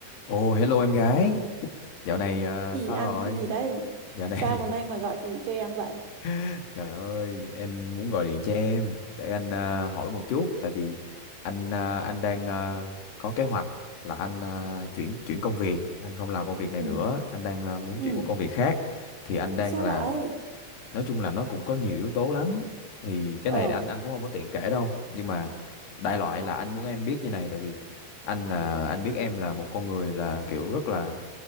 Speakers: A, on the left; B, on the right.
A: Ồ, hello em gái. Dạo này à,
B: gì
A: sao
B: ăn
A: rồi?
B: gì đấy
A: Dạo này,
B: sao hôm nay mà gọi điện cho em vậy
A: <laughs> trời ơi, em muốn gọi điện cho em để anh à, hỏi một chút, tại vì anh à, anh đang à, có kế hoạch là anh à, chuyển chuyển công việc, anh không làm công việc này
B: ừ
A: nữa, anh đang à, muốn
B: ừ
A: chuyển qua công việc khác. Thì anh đang
B: sao
A: là,
B: vậy
A: nói chung là nó cũng có nhiều yếu tố lắm. Thì cái
B: ờ
A: này anh anh cũng không có tiện kể đâu, nhưng mà đại loại là anh muốn em biết như này, tại vì anh là anh biết em là một con người là kiểu rất là